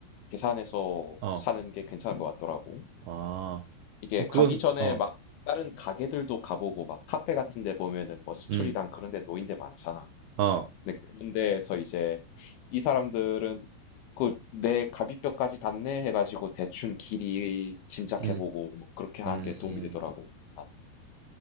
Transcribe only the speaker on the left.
계산해서
사는 게 괜찮을 것 같더라고.
이게
가기 전에
막 다른 가게들도 가보고 막 카페 같은 데 보면은 뭐 스툴이랑
그런 데 노인 데 많잖아.
근데 그런 데에서 이제 이 사람들은 그 내 갈비뼈까지 닿네 해가지고 대충 길이 짐작해보고
뭐 그렇게 하는
게 도움이 되더라고. 나는.